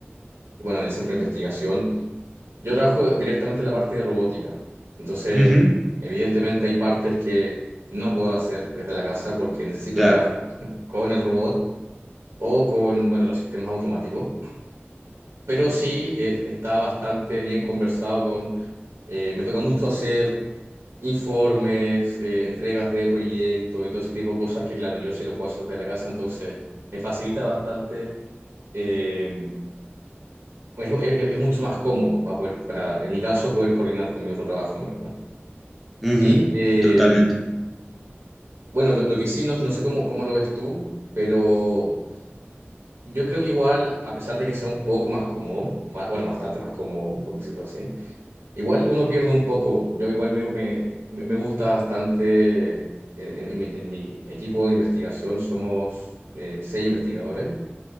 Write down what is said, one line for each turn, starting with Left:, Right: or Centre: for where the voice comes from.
Right: bueno, en el centro de investigación, yo trabajo directamente en la parte de robótica. Entonces,
Centre: Ujú,
Right: evidentemente hay partes que no puedo hacer desde la casa porque necesito
Centre: claro.
Right: trabajar con el robot o con, bueno, los sistemas automáticos pero sí es- está bastante bien conversado con... eh, me toca mucho hacer informes, eh, entregas de proyectos y todo ese tipo de cosas que, claro, yo sí lo puedo hacer desde la casa, entonces me facilita bastante. eh, es, es- es mucho más cómodo para poder, para, en mi caso, poder coordinar con mi otro trabajo, en verdad.
Centre: Ujú,
Right: Y eh,
Centre: totalmente.
Right: bueno, lo, lo que sí, no, no sé cómo, cómo lo ves tú, pero yo creo que igual, a pesar de que sea un poco más cómodo, ba- bueno, bastante más cómodo, por decirlo así, Igual uno pierde un poco. Yo igual me, me, me- me gusta bastante. En, en- en mi, en mi equipo de investigación somos eh, seis investigadores.